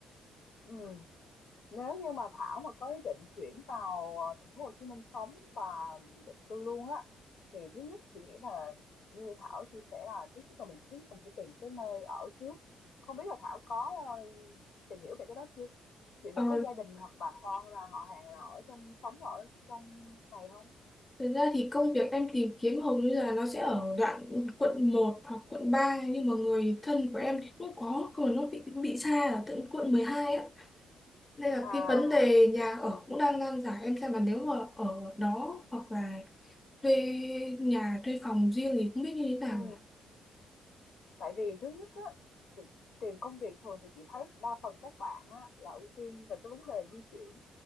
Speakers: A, on the left; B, on the left.
A: ừm. Nếu như mà Thảo mà có ý định chuyển vào, ờ, thành phố Hồ Chí Minh sống và định cư luôn á, thì thứ nhất chị nghĩ là như Thảo chia sẻ là thứ nhất là mình thứ nhất mình phải tìm cái nơi ở trước. Không biết là Thảo có, ờ, tìm hiểu về cái đó chưa? Chị
B: Ờ,
A: là có gia đình hoặc bà con là họ hàng là ở trong sống ở trong này không?
B: Thật ra thì công việc em tìm kiếm hầu như là nó sẽ ở đoạn quận một hoặc quận ba nhưng mà người thân của em thì cũng có nhưng mà nó bị bị xa ở tận quận 12 á nên là
A: À,
B: cái vấn đề nhà ở cũng đang nan giải em xem là nếu mà ở đó hoặc là thuê nhà thuê phòng riêng thì không biết như thế nào
A: ừ
B: nhỉ
A: Tại vì thứ nhất á, tì- tìm công việc thường thì chị thấy đa phần các bạn á, là ưu tiên về cái vấn đề di chuyển,